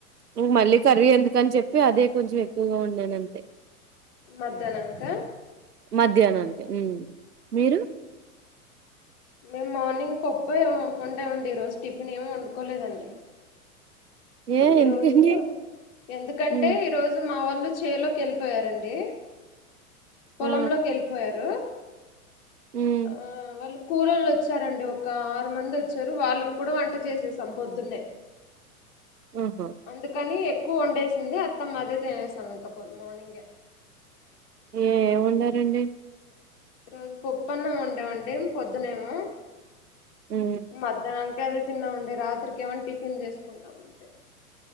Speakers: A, on the right; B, on the left.
A: ఇంక మళ్ళీ కర్రీ ఎందు కని చెప్పి అదే కొంచెం ఎక్కువగా వండాను అంతే
B: మధ్యాహ్నానికా
A: మధ్యాహ్నానికి హ్మ్ మీరు
B: మేము మార్నింగ్ పప్పు ఏమో వండామండి ఈరోజు టిఫిన్ ఏం వండుకోలేదండి
A: ఏ
B: ఈ
A: ఎందుకండి
B: రోజు ఎందుకంటే
A: ఉమ్
B: ఈరోజు మా వాళ్ళు ళ్ళు చేలోకి వెళ్ళిపోయారండి పొలంలోకి
A: ఆ
B: వెళ్ళిపోయారు
A: ఉమ్
B: ఆ వాళ్ళ కూలొల్లు వచ్చారండి ఒక ఆరు మంది వచ్చారు వాళ్ళక్కూడా వంట చేసేసాం పొద్దున్నే.
A: ఆహా
B: అందుకని క్కువ వండేసింది అత్తమ్మ అదే తినేసాం ఇంక మార్నింగే
A: ఏం వండారండి
B: ఈ రోజు పప్పన్నం వండామండి పొద్దునేేమో
A: ఉమ్
B: మద్దానం కే అడుగుతున్నామండి రాత్రికి ఏమన్నా టిఫిన్ చేసుకుంటాం అంతే